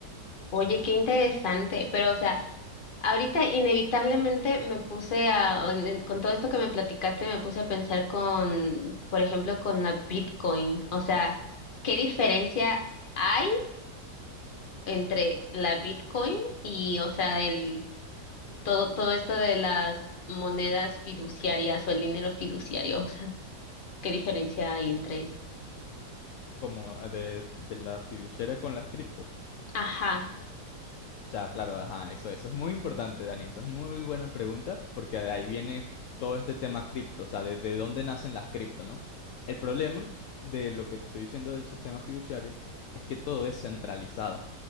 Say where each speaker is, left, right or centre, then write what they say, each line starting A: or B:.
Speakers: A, on the left; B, on the left.
A: Oye, qué interesante. Pero, o sea, Ahorita inevitablemente me puse a, en- en- con todo esto que me platicaste, me puse a pensar con, por ejemplo, con la Bitcoin. O sea, ¿qué diferencia hay entre la Bitcoin y, o sea, el, todo, todo esto de las monedas fiduciarias o el dinero fiduciario? O sea, ¿qué diferencia hay entre eso?
B: como ah, de, de las fiduciarias con las cripto.
A: Ajá.
B: O sea, claro, ajá, eso, eso es muy importante, Dani. Eso es muy buena pregunta, porque de ahí viene todo este tema cripto, o sea, de, de dónde nacen las cripto, ¿no? El problema de lo que te estoy diciendo del sistema fiduciario es que todo es centralizado,